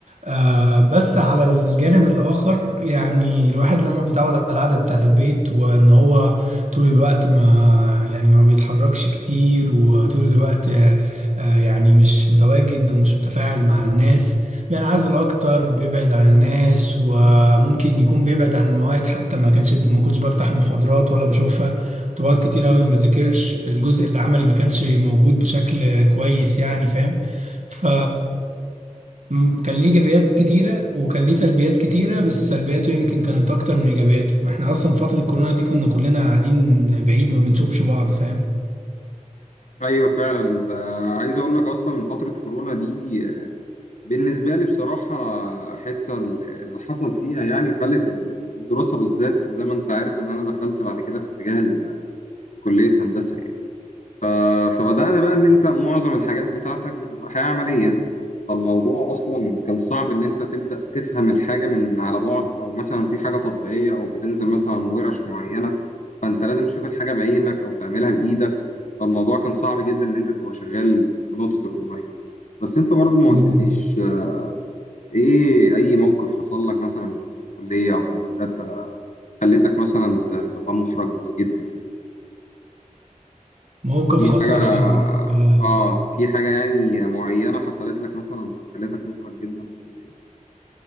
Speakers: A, on the right (about 60°); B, on the left (about 65°).
A: آه بس على الجانب الآخر يعني الواحد لما بيتعود على القعدة بتاعت البيت وإن هو طول الوقت ما يعني ما بيتحركش كتير وطول الوقت آه آه، يعني مش متواجد ومش متفاعل مع الناس بينعزل أكتر بيبعد عن الناس وممكن يكون بيبعد عن المواد حتى ما كانش ما كنتش بفتح محاضرات ولا بشوفها كنت بقعد كتير أوي ما بذاكرش الجزء العملي ما كانش موجود بشكل كويس يعني فاهم ف مم، كان ليه ايجابيات كتيره وكان ليه سلبيات كتيره بس سلبياته يمكن كانت اكتر من ايجابياته واحنا اصلا فتره الكورونا دي كنا كلنا قاعدين بعيد ما بنشوفش بعض فاهم
B: ايوه فعلا انت عايز اقول لك اصلا من فترة كورونا دي آه، بالنسبة لي بصراحة آه، حتة اللي حصل فيها يعني خلت إن الدراسة بالذات زي ما انت عارف ان انا دخلت بعد كده في اتجاه ال- كلية هندسة يعني ف- فبدأنا بقى إن أنت معظم الحاجات بتاعتك بتبقى حياة عملية فالموضوع أصلا كان صعب إن أنت تبدأ تفهم الحاجة من على بعد أو مثلا في حاجة تطبيقية أو بتنزل مثلا ورش معينة فأنت لازم تشوف الحاجة بعينك أو تعملها بإيدك فالموضوع كان صعب جدا إن أنت تبقى شغال في نقطة الأونلاين بس أنت برضو ما
A: مم.
B: قلتليش آه، إيه أي موقف حصل لك مثلا في الكلية أو في المدرسة خلتك مثلا ت- تبقى محرج جدا يعني
A: موقف
B: في
A: حصل
B: حاجة
A: في ال... آه،
B: اه في حاجة يعني معينة حصلت لك مثلا خلتك محرج جدا في الكلية